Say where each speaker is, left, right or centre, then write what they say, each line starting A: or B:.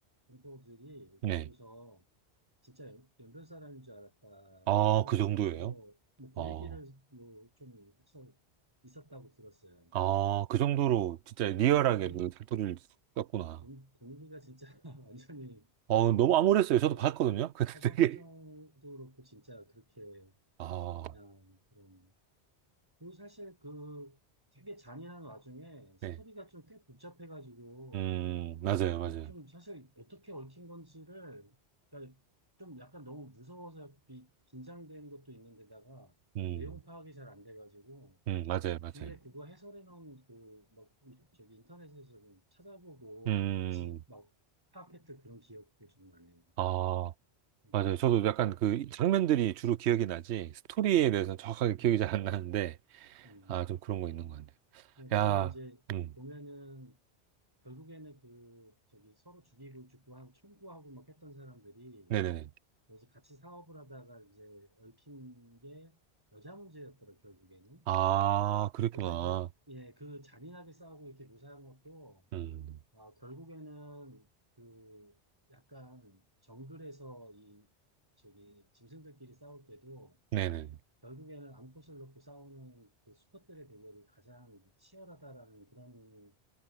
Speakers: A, on the right; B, on the right.
A: 분포들이
B: 네.
A: 보고서 진짜 연- 변 사람인 줄 알았다고
B: 아,
A: 할
B: 그
A: 정도로
B: 정도예요?
A: 뭐 그
B: 아,
A: 얘기를 뭐 좀 해서 있었다고 들었어요.
B: 아, 그 정도로 진짜 리얼하게
A: 음, 분위,
B: 그 사투리를 썼구나.
A: 분- 분위기가 진짜 <laughs> 완전히
B: 어, 너무 암울했어요. 저도
A: 어,
B: 봤거든요. <laughs> 근데
A: 하정
B: 되게,
A: 하정도 그렇고 진짜 그렇게
B: 아,
A: 그냥 그런 그리고 사실 그 되게 잔인한 와중에 스토리가
B: 네.
A: 좀 꽤 복잡해가지고
B: 음, 맞아요,
A: 그게
B: 맞아요.
A: 좀 사실 어떻게 얽힌 건지를 그러니까 좀 약간 너무 무서워서 비- 긴장되는 것도 있는데다가
B: 음,
A: 내용 파악이 잘 안 돼가지고
B: 음, 맞아요, 맞아요.
A: 뒤에 그거 해설해 놓은 그막 저기 인터넷에서 좀 찾아보고
B: 음,
A: 다시 막 파악했던 그런 기억도 좀 나네요.
B: 아,
A: 음,
B: 맞아요. 저도 약간 그 장면들이 주로 기억이 나지, 스토리에
A: 음,
B: 대해서는 정확하게 기억이
A: 음,
B: 잘 안 나는데,
A: 음.
B: 아, 좀 그런 거 있는 것 같네요.
A: 그냥 그게
B: 야,
A: 이제
B: 음,
A: 보면은 결국에는 그 저기 서로 죽이고 죽고 하고 청구하고 막 했던 사람들이
B: 네네네.
A: 이제 같이 사업을 하다가 이제 얽힌 게 여자 문제였더라, 결국에는.
B: 아, 그랬구나.
A: 그래서 이제, 예, 그 잔인하게 싸우고 이렇게 묘사한 것도,
B: 음,
A: 아, 결국에는 그 약간 정글에서 이, 저기, 짐승들끼리 싸울 때도
B: 네네.
A: 결국에는 암컷을 놓고 싸우는 그 수컷들의 대결이 가장 치열하다라는 그런